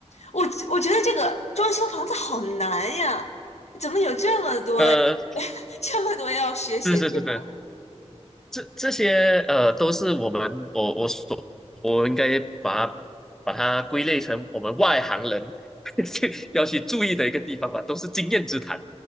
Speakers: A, on the left; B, in the centre.
A: 我我觉得这个装修房子好难呀，怎么有这么多
B: 呃，
A: <laughs> 这么多要学习的地方？
B: 是是是是，这这些呃，都是我们我我所我应该把它把它归类成我们外行人 <laughs> 要去注意的一个地方吧，都是经验之谈。